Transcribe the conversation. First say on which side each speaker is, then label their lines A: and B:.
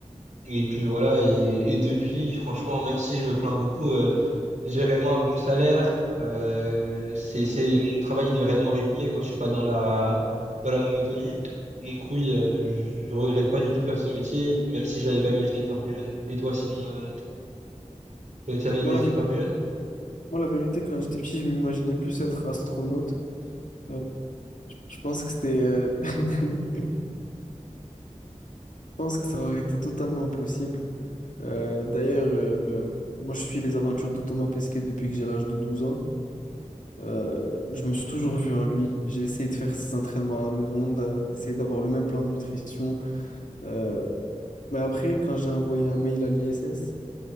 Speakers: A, on the right (about 65°); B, on the left (about 85°).
A: Et puis voilà, et, et depuis, franchement, même si je me plains beaucoup, euh, J'ai vraiment un bon salaire. Euh, c'est, c'est, mon travail, il est vraiment rythmé, quoi. Je suis pas dans la, dans la monotonie. Donc oui, euh, je, je regrette pas du tout faire ce métier, même si je n'avais pas imaginé de faire plus jeune. Et toi, sinon, euh, t'avais- tu avais imaginé
B: Moi, la, vé-
A: de faire plus jeune?
B: moi, la vérité, quand j'étais petit, je m'imaginais plus être astronaute. Euh, Je pense que c'était, euh, <laughs> je pense que ça aurait été totalement possible. Euh, d'ailleurs, euh, euh, moi je suis les aventures de Thomas Pesquet depuis que j'ai l'âge de 12 ans. Euh, je me suis toujours vu en lui. J'ai essayé de faire ses entraînements à la maison, d'a- d'essayer d'avoir le même plan de nutrition. Euh, mais après, quand j'ai envoyé un mail à l'ISS,